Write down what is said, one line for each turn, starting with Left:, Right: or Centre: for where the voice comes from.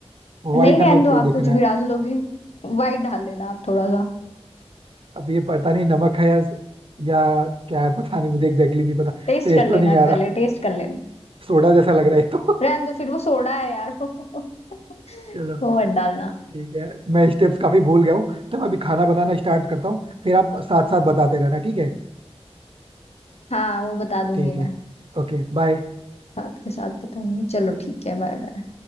Right: वाइट
Left: नहीं रहने
Right: नमक
Left: दो
Right: तो
Left: आप
Right: दिख
Left: कुछ
Right: रहा
Left: भी
Right: है
Left: डाल लोगे <laughs> वाइट डाल लेना आप थोड़ा सा
Right: अब ये पता नहीं नमक है या या क्या है पता नहीं मुझे एग्जैक्टली exactly नहीं पता
Left: टेस्ट
Right: टेस्ट
Left: कर लेना
Right: तो नहीं आ
Left: पहले
Right: रहा
Left: टेस्ट कर लेना
Right: सोडा जैसा लग रहा है ये तो
Left: रहने दो फिर वो सोडा है यार वो <laughs>
Right: <laughs> चलो
Left: वो मत डालना
Right: ठीक है मैं स्टेप्स काफी भूल गया हूँ तो मैं अभी खाना बनाना स्टार्ट करता हूँ फिर आप साथ साथ बताते रहना ठीक है
Left: हाँ वो बता दूंगी
Right: ठीक
Left: मैं
Right: है ओके बाय
Left: साथ के साथ बताऊंगी चलो ठीक है बाय बाय